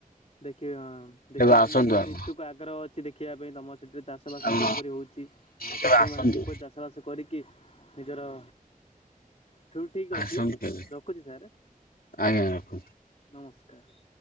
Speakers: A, on the left; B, on the left.
A: ଦେଖିବି ହଁ ଦେଖିବାକୁ
B: କେବେ ଆସନ୍ତୁ
A: ମୁଁ ବହୁତ
B: ଆପଣ।
A: ଇଚ୍ଛୁକ ଆଗ୍ରହ ଅଛି। କିଛି ଦେଖିବା ପାଇଁ ତମ ସେଠରେ ଚାଷ ବାସ
B: ଆମ
A: କିପରି ହଉଛି
B: କେବେ
A: କୃଷକ
B: ଆସନ୍ତୁ
A: ମାନ କିପରି ଚାଷ ଚାଷବାସ କରିକି ନିଜର ଠୁ ଠିକ
B: ଆସନ୍ତୁ
A: ଅଛି
B: କେବେ
A: ରଖୁଛି ସାର୍
B: ଆଜ୍ଞା ରଖୁ
A: ନମସ୍କାର।